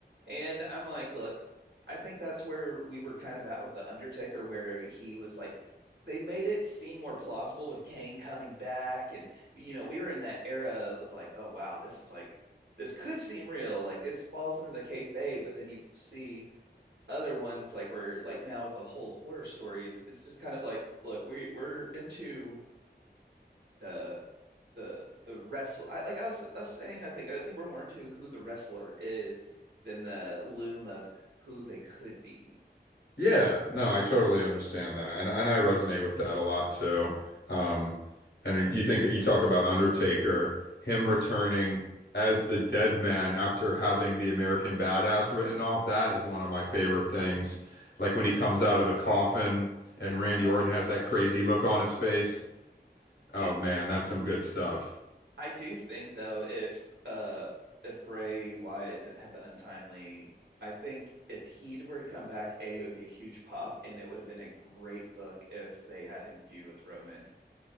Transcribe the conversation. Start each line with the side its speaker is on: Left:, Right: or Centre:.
Right: And I'm like, look, I think that's where we were kind of at with The Undertaker, where he was like, they made it seem more plausible with Kane coming back. And, you know, we were in that era of like, oh, wow, this is like, this could seem real. Like, this falls under the kayfabe, but then you see other ones like we're like now with the whole horror stories it's just kind of like look we we're into the the the wrestler. I, like I was, I was saying I think I think we're more into who the wrestler is than the loom of who they could be
Left: Yeah, no, I totally understand that. And and I resonate with that a lot too. Um and you think you talk about Undertaker, him returning as the dead man after having the American Badass written off, that is one of my favorite things. Like when he comes out of the coffin and Randy
Right: oh
Left: Orton
Right: my
Left: has
Right: gosh
Left: that crazy look on his face. Oh
Right: it,
Left: man,
Right: it
Left: that's some good stuff.
Right: I do think though if uh if Bray Wyatt didn't have the untimely I think if he were to come back A it would be a huge pop and it would have been a great book if they had him feud with Roman